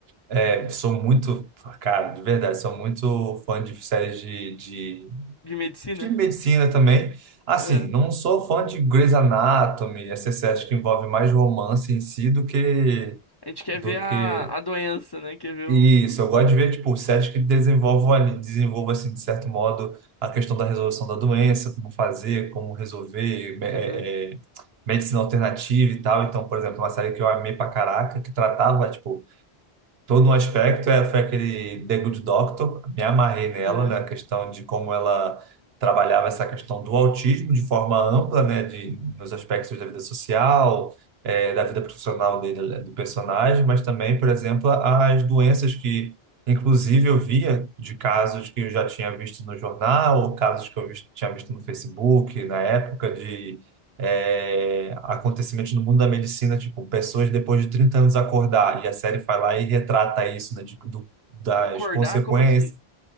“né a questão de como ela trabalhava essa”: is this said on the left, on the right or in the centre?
Right